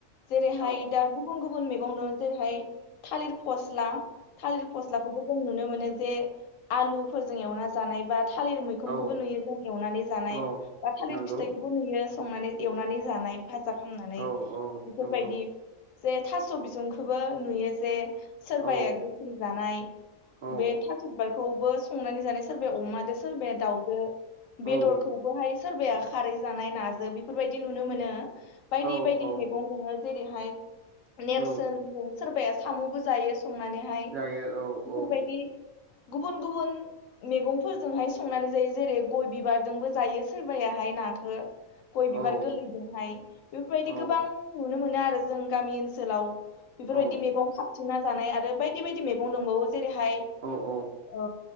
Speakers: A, on the left (about 75°); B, on the right (about 75°).
A: जेरैहाय
B: औ
A: दा गुबुन गुबुन गुबुन मैगं दं जेरैहाय थालिर फस्ला थालिर फस्लाखौबो जों नुनो मोनो जे आलुफोरजों एवना जानाय बा थालिर मैखुमखौबो
B: औ
A: नुयो जों एवनानै जानाय
B: औ
A: बा थालिर
B: नंगौ
A: फिथाइखौबो नुयो। संनानै एवनानै जानाय फाजा खालामनानै
B: औ औ
A: बेफोरबायदि
B: नंगौ
A: जे थास' बिसुंखोबो नुयो जे सोरबाया
B: औ
A: गोसोम जानाय
B: औ
A: बे थास'बारखौबो संनानै जानाय सोरबाया अमादो सोरबाया दाउदो
B: औ
A: बेदरखौबोहाय सोरबाया खारै जानाय नाजों बेफोरबायदि नुनो मोनो। बायदि
B: औ
A: बायदि
B: औ
A: मैगं दङो जेरैहाय नेरसोनजों
B: औ
A: सोरबाया साम'बो जायो संनानैहाय
B: जायो
A: बेफोरबायदि
B: औ
A: गुबुन गुबुन मैगंफोरजोंहाय संनानै जायो जेरै गय बिबारजोंबो जायो सोरबायााहाय। ओमफाय नाखो गय
B: औ
A: बिबार गोरलैदोंहाय बेफोरबायदि
B: औ
A: गोबां नुनो मोनो आरो जों गामि ओनसोलाव बेफोरबायदि
B: औ
A: मैगं खााबथिंना जानाय आरो बायदि बायदि मैगं दंबावो जेरैहाय
B: औ औ
A: अ